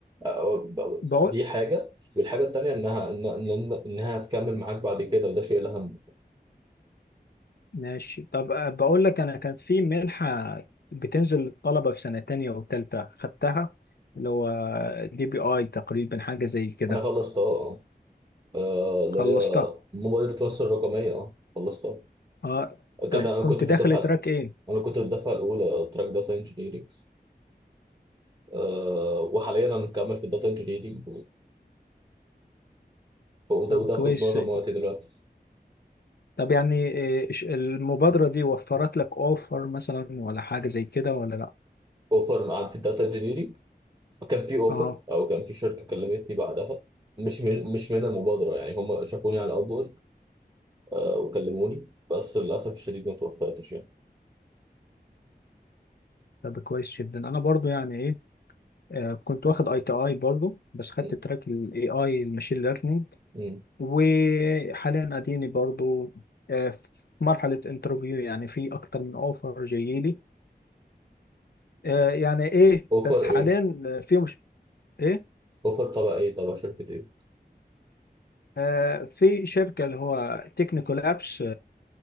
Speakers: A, on the right; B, on the left.
A: آه،
B: بقول
A: دي حاجه والحاجه التانية انها إن- إن- انها هتكمل معاك بعد كده وده شيء الاهم
B: ماشي طب آه، بقول لك انا كانت في منحه بتنزل للطلبه في سنه تانية وتالتة خدتها اللي هو دي بي اي تقريبا حاجه زي كده
A: انا خلصت اه آه، اللي
B: خلصتها
A: هي موبايل التواصل الرقميه اه خلصتها
B: اه طب
A: كان انا
B: كنت
A: كنت في
B: داخل
A: الدفعه
B: تراك ايه
A: انا كنت في الدفعه الاولى تراك داتا انجينيرنج أه وحاليا انا مكمل في الداتا انجينيرنج وده
B: طب
A: وده
B: كويس
A: خد معظم وقتي دلوقتي
B: طب يعني إيه، ش- المبادرة دي وفرت لك اوفر مثلا ولا حاجة زي كده ولا لا
A: اوفر عن في الداتا انجينيرنج كان في اوفر
B: اه
A: او كان في شركه كلمتني بعدها مش من مش من المبادره يعني هم شافوني على الاوبورك أه وكلموني بس للاسف الشديد ما توفقتش يعني
B: طب كويس جدا انا برضو يعني ايه آه، كنت واخد اي تي اي برضو بس خدت
A: مم.
B: تراك الاي اي الماشين ليرنينج
A: مم.
B: وحاليا اديني برضو آه، في مرحلة انترفيو يعني في اكتر من اوفر جايلي آه، يعني ايه
A: اوفر
B: بس حاليا
A: ايه
B: آه، في مش ايه
A: اوفر تبع ايه تبع شركه ايه
B: آه، في شركة اللي هو تكنيكال ابس